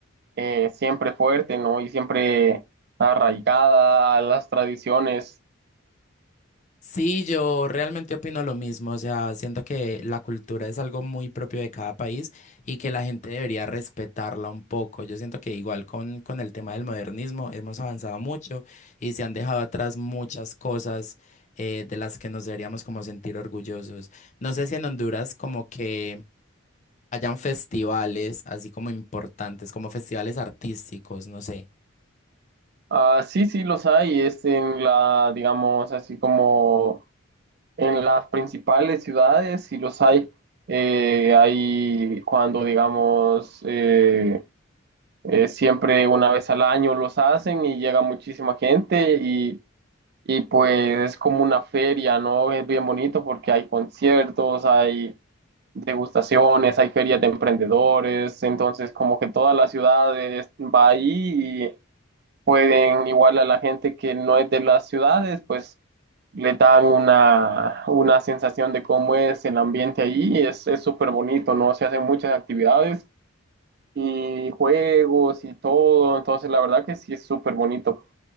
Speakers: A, on the right; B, on the left.
A: eh, siempre fuerte, ¿no? Y siempre arraigada a las tradiciones
B: Sí, yo realmente opino lo mismo, o sea, siento que la cultura es algo muy propio de cada país y que la gente debería respetarla un poco. Yo siento que igual con, con el tema del modernismo hemos avanzado mucho y se han dejado atrás muchas cosas eh, de las que nos deberíamos como sentir orgullosos. No sé si en Honduras como que hayan festivales así como importantes, como festivales artísticos, no sé.
A: Ah, sí, sí, los hay. Es en la, digamos, así como en las principales ciudades, sí los hay. Eh, hay cuando, digamos, eh, eh, siempre una vez al año los hacen y llega muchísima gente y, y pues es como una feria, ¿no? Es bien bonito porque hay conciertos, hay degustaciones, hay ferias de emprendedores, entonces como que toda la ciudad es- va ahí pueden igual a la gente que no es de las ciudades, pues le dan una, una sensación de cómo es el ambiente allí y es, es súper bonito, ¿no? Se hacen muchas actividades y juegos y todo, entonces la verdad que sí es súper bonito.